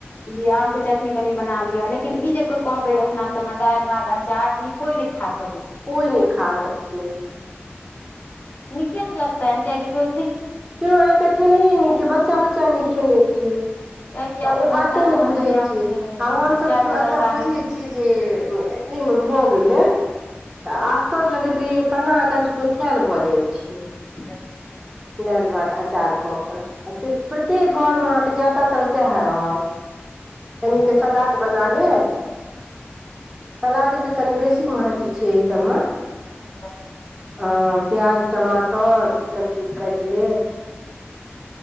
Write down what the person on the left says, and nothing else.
जी आम के चटनी कनि बना लिअ लेकिन ई जे कोइ कहबै अपना सभमे दालि भात अचार इ कोइ ने खाँ सकइ
नीकेया नहि लगताैन क को
कियाकि
आप
अपना सबमे
तऽ नियम
छै
चारि गो
तरकारी
हूँ
<unintelligible>
अच्छा अच्छा अच्छा